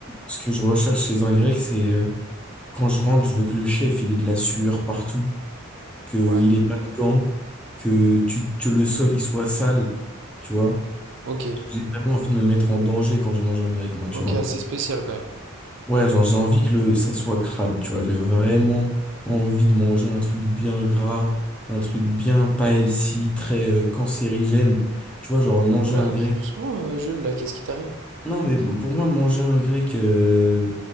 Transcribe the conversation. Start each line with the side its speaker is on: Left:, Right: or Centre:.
Centre: Ce que je recherche chez un Grec, c'est euh, quand je rentre, je veux que le chef, il ait de la sueur partout. qu'il
Right: ouais,
Centre: ait pas de gants, que tu, que le sol il soit sale, tu vois.
Right: ok.
Centre: J'ai vraiment envie de me mettre en danger quand je mange un grec, moi,
Right: Ok,
Centre: tu vois.
Right: assez spécial quand même.
Centre: Ouais, genre j'ai envie que le, ça soit crade, tu vois. J'ai vraiment envie de manger un truc bien gras, un truc bien pas healthy, très euh, cancérigène. Tu vois, genre manger
Right: Oula,
Centre: un grec.
Right: mais doucement, euh, Jules, là, qu'est-ce qui t'arrive?
Centre: Non, mais pour moi, manger un grec euh,